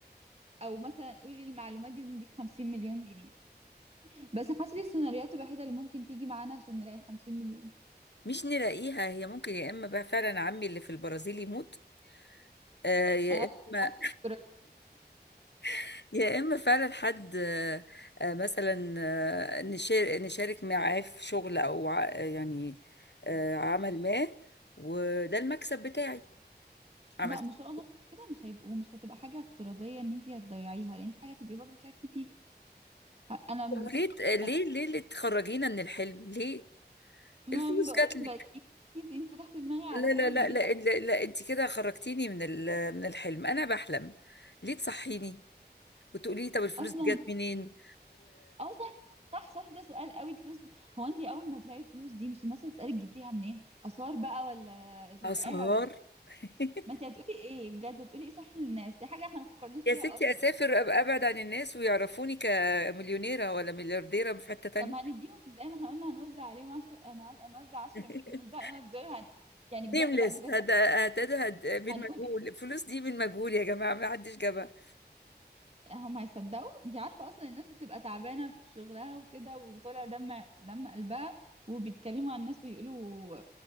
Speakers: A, on the right; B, on the left.
A: او مثلا قولي المعلومات دي ونديك 50 مليون جنيه بس حاسه دي السيناريوهات الوحيده اللي ممكن تيجي معانا عشان نلاقي 50 مليون
B: مش نلاقيها هي ممكن يا اما بقى فعلا عمي اللي في البرازيل يموت آه، يا
A: أنا
B: اما
A: أم-
B: <laughs> يا اما فعلا حد آه، آه، مثلا آه، نشار- نشارك معاه في شغل او ع- يعني آه، عمل ما وده المكسب بتاعي عملت
A: لا ما شاء الله كده مش هيبقوا مش هتبقى حاجه افتراضيه ان انت هتضيعيها لان انت حاجه تبقي برضو تعبتي فيها انا
B: ليه ليه
A: أنا-
B: ليه اللي تخرجينا من الحلم ليه
A: ما
B: الفلوس
A: بقول
B: جات لك
A: بقى انت انت فتحتي دماغي
B: لا
A: على حاجه
B: لا لا
A: كبيره
B: لا لا, لا انت كده خرجتيني من ال- من الحلم انا بحلم ليه تصحيني وتقولي لي طب الفلوس
A: اصلا
B: دي جت منين
A: اه صح صح صح ده سؤال قوي الفلوس دي هو انت اول ما تلاقي الفلوس دي مش الناس هتسألك جبتيها منين اثار بقى ولا سرقاها
B: أسهر
A: ولا
B: <laughs>
A: ما انت هتقولي ايه بجد هتقولي ايه صح للناس دي حاجة احنا ما فكرناش
B: يا
A: فيها
B: ستي
A: اصلا
B: أسافر أبقى أبعد عن الناس ويعرفوني كمليونيرة ولا مليارديرة في حتة تانية
A: طب هنديهم ازاي ما احنا قلنا هنوزع عليهم عشر هن- هنوزع 10
B: <laughs>
A: مليون ده أنا دول هن... يعني بجد
B: نيمليس
A: لا بجد
B: هد هد هد من
A: هنقول
B: مجهول
A: ايه
B: الفلوس دي من مجهول يا جماعة ما حدش جابها
A: هم هيصدقوا انت عارفة اصلا الناس بتبقى تعبانة في شغلها وكده وطالع دم دم قلبها وبيتكلموا عن الناس ويقولوا